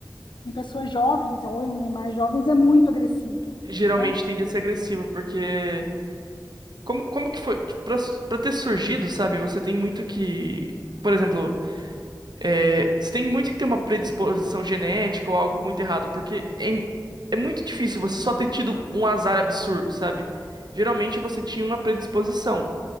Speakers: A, on the left (about 90°); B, on the right (about 65°).
A: em pessoas jovens ou em animais jovens é muito agressivo.
B: Geralmente
A: Né?
B: tende a ser agressiva, porque como, como que foi? Tipo, Pra, pra ter surgido, sabe? Você tem muito que. Por exemplo, é, você tem muito que ter uma predisposição genética ou algo muito errado, porque é, im- é muito difícil você só ter tido um azar absurdo, sabe? Geralmente você tinha uma predisposição,